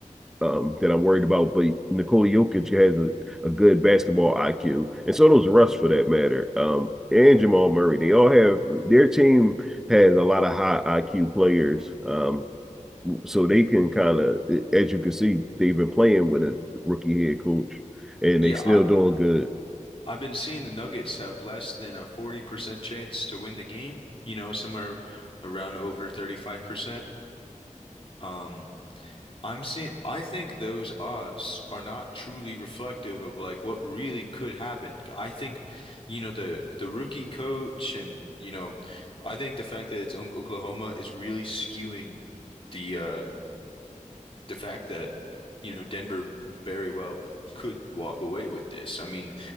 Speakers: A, in the centre; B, on the left.
A: um, that I'm worried about. But Nikola Jokic has a, a good basketball IQ, and so does Russ for that matter. Um, and Jamal Murray, they all have their team has a lot of high IQ players. Um, so they can kind of, as you can see, they've been playing with a rookie head coach, and
B: Yeah,
A: they still
B: I've
A: doing good.
B: I've been seeing the Nuggets have less than a 40% chance to win the game, you know, somewhere around over 35%. Um, I'm seeing, I think those odds are not truly reflective of like what really could happen. I think, you know, the the rookie coach and, you know, I think the fact that it's Oak- Oklahoma is really skewing the uh the fact that, you know, Denver very well could walk away with this. I mean,